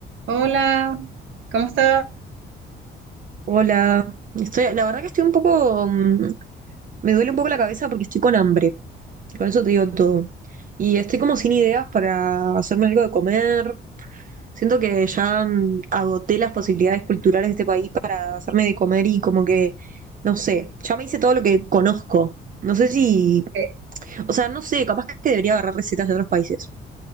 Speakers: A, on the right; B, on the right.
A: Hola, ¿cómo estás?
B: Hola, estoy, la verdad que estoy un poco, mm, me duele un poco la cabeza porque estoy con hambre, con eso te digo todo. Y estoy como sin ideas para hacerme algo de comer. Siento que ya mm, agoté las posibilidades culturales de este país para hacerme de comer y como que, no sé, ya me hice todo lo que conozco. No sé si,
A: Eh,
B: o sea, no sé, capaz que debería agarrar recetas de otros países.